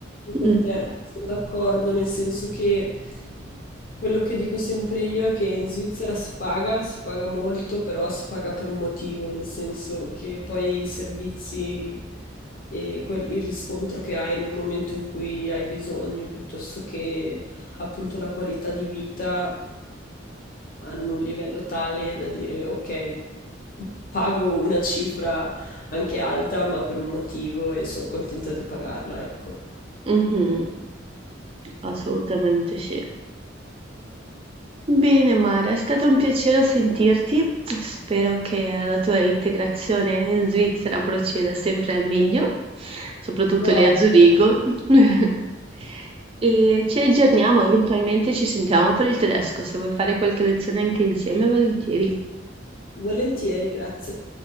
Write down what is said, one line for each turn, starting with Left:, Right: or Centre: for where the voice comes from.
Left: con
Right: Mm.
Left: te, sono d'accordo, nel senso che quello che dico sempre io è che in Svizzera si paga, si paga molto, però si paga per un motivo, nel senso che poi i servizi e quel- il riscontro che hai nel momento in cui hai bisogno, piuttosto che appunto la qualità di vita, hanno un livello tale da dire ok, pago una cifra anche alta, ma per un motivo e sono contenta di pagarla, ecco.
Right: Mh-mh. Assolutamente sì. Bene Mara, è stato un piacere sentirti. Spero che la tua integrazione in Svizzera proceda sempre al meglio, soprattutto
Left: Lo
Right: lì
Left: apro.
Right: a Zurigo. <laughs> E ci aggiorniamo, eventualmente ci sentiamo per il tedesco. Se vuoi fare qualche lezione anche insieme, volentieri.
Left: Volentieri, grazie.